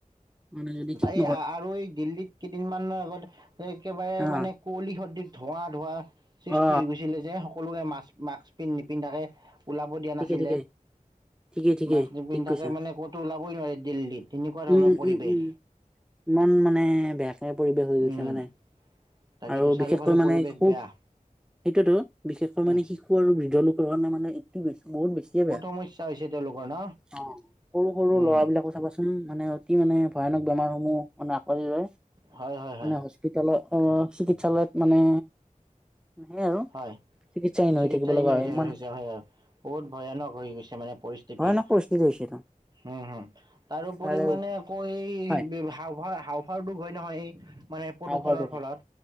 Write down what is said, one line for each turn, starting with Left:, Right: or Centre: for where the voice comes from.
Centre: <unintelligible>
Right: আ-আৰু এই দিল্লীত কেইদিনমানৰ আগত একেবাৰে
Centre: হা
Right: মানে কুঁৱলী ধোৱাঁ, ধোঁৱা সৃষ্টি
Centre: অ
Right: হৈ, গৈছিলে যে সকলে মাক্স মাক্স নিপিন্ধাকে ওলাব দিয়া
Centre: ঠিকে
Right: নাছিলে,
Centre: ঠিকে ঠিকে ঠিকে
Right: মাক্স নিপিন্ধাকে
Centre: ঠিক কৈছা
Right: মানে ক'তো ওলাবই নোৱাৰি দিল্লীত তেনেকুৱা ধৰণৰ
Centre: উম উম
Right: পৰিৱেশ।
Centre: উম ইমান মানে বেয়াকে পৰিৱেশ হৈ গৈছে
Right: উম,
Centre: মানে।
Right: তাকেইতো
Centre: আৰু
Right: চাৰিওফালে
Centre: বিশেষকৈ মানে
Right: পৰিৱেশ
Centre: সুখ
Right: বেয়া।
Centre: সেইটোৱেটো। বিশেষকৈ
Right: উম,
Centre: মানে শিশু আৰু বিজ্ঞানীক কোৰান মানে ঈদ কি বেছি বহুত বেছিয়ে বেয়া,
Right: সমস্যা হৈছে তেওঁলোকৰ ন?
Centre: অ' সৰু সৰু
Right: উম,
Centre: ল'ৰা বিলাকৰ চাবাচোন। মানে কি মানে ভয়ানক বেমাৰসমূহ আমাক <unintelligible>
Right: হয়, হয়, হয়,
Centre: মানে হস্পিটালত অ' চিকিৎসালয়ত মানে হেই আৰু
Right: হয়।
Centre: চিকিৎসাহিন
Right: চিকিৎসাহীন
Centre: হৈ থাকিব লগা
Right: হৈ যায়
Centre: ইমান
Right: হৈছে
Centre: আছে।
Right: হয়, হয়। বহুত ভয়ানক হৈ গৈছে, মানে পৰিস্থিত। তেটি,
Centre: ভয়ানক পৰিস্থিতি হৈছে এইটো
Right: উম, উম, তাৰোপৰি
Centre: তাৰে
Right: মানে আক
Centre: হয়
Right: ব্যৱহাৰ। অ' হাওফাওটো গৈ নহয় এই। মানে প্ৰদূষণৰ
Centre: হাওঁফাওঁটো হয়
Right: ফলত।